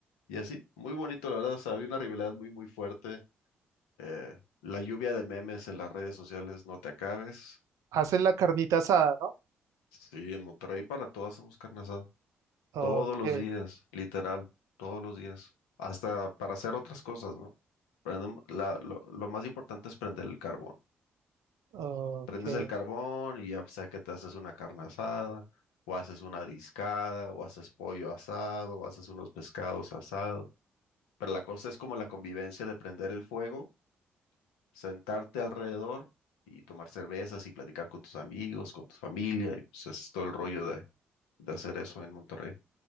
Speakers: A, on the left; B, on the right.
A: y así, muy bonito, la verdad, o sea, había una rivalidad muy, muy fuerte. eh, la lluvia de memes en las redes sociales, no te acabes.
B: Hacen la carnita asada, ¿no?
A: Sí, en Monterrey para todas hacemos carne asada.
B: Ok,
A: Todos los días, literal, todos los días. Hasta para hacer otras cosas, ¿no? Prendem- la- lo, lo más importante es prender el carbón.
B: ok.
A: Prendes
B: ok.
A: el carbón y ya sea que te haces una carne asada, o haces una discada, o haces pollo asado, o haces unos pescados asados. Pero la cosa es como la convivencia de prender el fuego sentarte alrededor y tomar cervezas y platicar con tus amigos, con tu familia, y pues es todo el rollo de, de hacer eso en Monterrey.